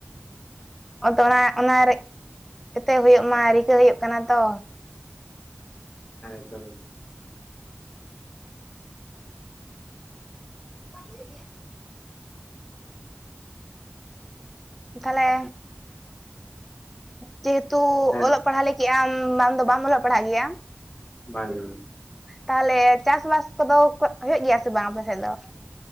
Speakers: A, in the centre; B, on the left (about 25°).
A: ᱟᱫᱚ ᱚᱱᱟ ᱚᱱᱟ ᱨᱮ ᱡᱟᱛᱮ ᱦᱳᱭᱳᱜ ᱢᱟ ᱨᱤᱠᱟᱹ ᱦᱳᱭᱳᱜ ᱠᱟᱱᱟ ᱛᱚ᱾
B: ᱦᱮᱸ ᱮᱠᱫᱚᱢ ᱮᱠᱫᱚᱢ
A: <unintelligible> ᱛᱷᱟᱞᱮ ᱡᱮᱦᱮᱛᱩ
B: ᱦᱮᱸ
A: ᱚᱞᱚᱜ ᱯᱟᱲ ᱦᱟᱜ ᱞᱟᱹ ᱠᱤ ᱟᱢ ᱵᱟᱢ ᱫᱚ ᱵᱟᱢ ᱚᱞᱚᱜ ᱯᱟᱲᱦᱟᱜ ᱜᱮᱭᱟ?
B: ᱵᱟᱝᱜᱮ
A: ᱛᱟᱦᱞᱮ ᱪᱟᱥ ᱵᱟᱥ ᱠᱚᱫᱚ ᱦᱩᱭᱩᱜ ᱜᱮᱭᱟ ᱥᱮ ᱵᱟᱝ ᱟᱯᱮ ᱥᱮᱫ ᱫᱚ?